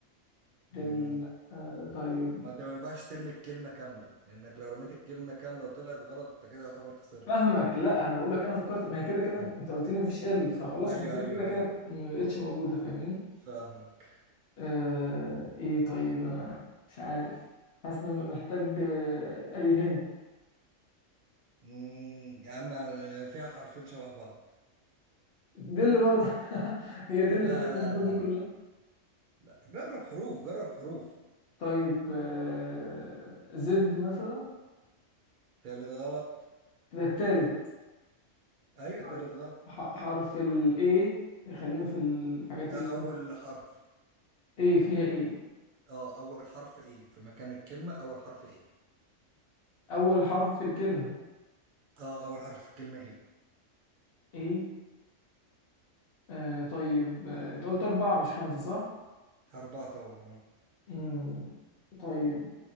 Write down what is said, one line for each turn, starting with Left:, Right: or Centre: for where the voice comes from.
Right: مم.
Left: دل آه طيب
Right: ما انت ما ينفعش ترمي الكلمة كاملة لانك لو رميت الكلمة كاملة وطلعت غلط انت كده يعتبر خسرت
Left: فاهمك لا انا بقول لك انا فكرت ما هي كده كده
Right: مم.
Left: انت قلت لي مفيش ال فخلاص
Right: ايوه
Left: الدل
Right: ايوه
Left: كده كده
Right: ايوه
Left: ما بقتش موجوده فاهمني
Right: فاهمك
Left: آه ايه طيب انا مش عارف حاسس ان أنا محتاج آه، اي هند
Right: مم، يا عم فيها حرفين شبه بعض
Left: دي اللي برضه <laughs> هي دي اللي
Right: لا
Left: فيها الوصفات
Right: لا لا
Left: دي كلها
Right: لا لا جرب حروف جرب حروف
Left: طيب آه، زد مثلا
Right: تالت غلط
Left: ده التالت
Right: ايوه
Left: طيب
Right: تالت غلط
Left: ح- حرف ال A خلينا في الحاجات
Right: ده
Left: ال
Right: اول حرف
Left: A فيها A
Right: اه اول حرف ايه في مكان الكلمة اول حرف ايه
Left: أول حرف في الكلمة
Right: اه اول حرف في الكلمة ايه
Left: A آه طيب آه، أنت قلت أربعة مش خمسة صح؟
Right: اربعة طبعا
Left: مم. طيب